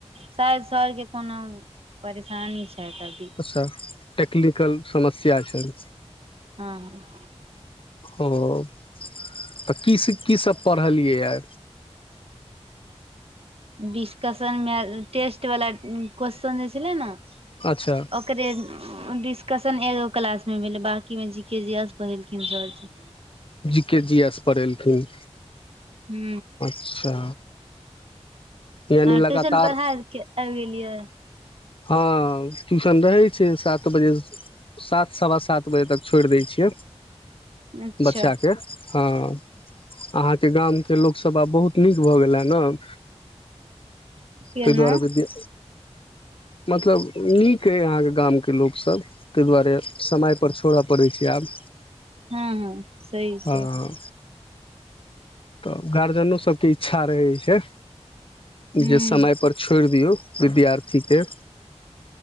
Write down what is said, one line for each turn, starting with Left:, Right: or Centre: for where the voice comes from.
Right: शायद सर के कोनो परेशानी छथि अभी
Left: अच्छा टेक्निकल समस्या छयन
Right: हँ
Left: ह तऽ, की - की सब पढ़लियैए
Right: डिस्कशन मे टेस्ट वाला क्वेेश्चन जे छलै न
Left: अच्छा
Right: ओकरे डिस्कशन एगो क्लास मे भेलै बाकी मे जी के जी एस पढ़ेलखिन सर जी
Left: जी के जी एस पढ़ेलखिन
Right: हू
Left: अच्छा यानि
Right: अ
Left: लगातार
Right: ट्यूशन पढ़ा आबि गेलियै।
Left: हँ ट्यूशन रहै छै, सात बजे सात सवा सात बजे तक छोड़ि दै छियै।
Right: अच्छा
Left: बच्चा के हँ अहाँके गामके लोकसब आब बहुत नीक भऽ गेल है नऽ।
Right: केना
Left: तै दुआरे वि्य मतलब नीक अइ अहाँके गामके लोकसब। तै दुआरे समय पर छोड़य पड़ैत छै आब।
Right: हँ हँ सही
Left: हँ
Right: छै।
Left: तऽ गार्जियनो सबके इच्छा रहै छै,
Right: हूँ
Left: जे पर छोइड़ दियौ विद्यार्थी के।